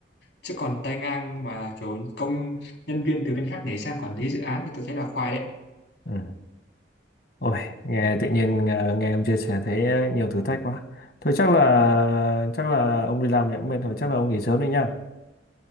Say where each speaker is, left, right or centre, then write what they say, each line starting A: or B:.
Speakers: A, on the left (about 75°); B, on the left (about 60°).
A: Chứ còn tay ngang mà kiểu công nhân viên từ bên khác nhảy sang quản lý dự án thì tôi thấy là khoai đấy.
B: Ừ. Ôi, nghe tự nhiên à, nghe ông chia sẻ thấy ờ, nhiều thử thách quá. Thôi chắc là chắc là ông đi làm thì cũng mệt rồi, chắc là ông nghỉ sớm đi nhá.